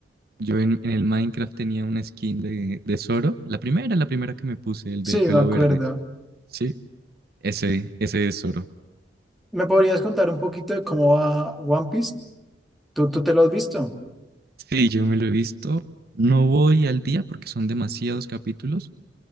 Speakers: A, on the right (about 60°); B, in the centre.
A: Yo en, en el Minecraft tenía una skin de, de Zoro, la primera, la primera que me puse, el
B: Sí,
A: del pelo
B: me acuerdo.
A: verde. Sí, ese, ese es Zoro.
B: ¿Me podrías contar un poquito de cómo va One Piece? ¿Tú,
A: Ok.
B: tú te lo has visto?
A: Sí, yo me lo he visto. No voy al día porque son demasiados capítulos,